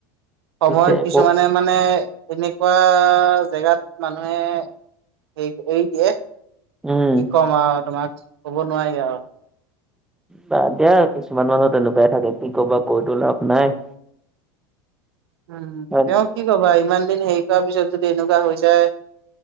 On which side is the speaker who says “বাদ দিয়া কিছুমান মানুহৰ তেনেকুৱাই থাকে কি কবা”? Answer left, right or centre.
Centre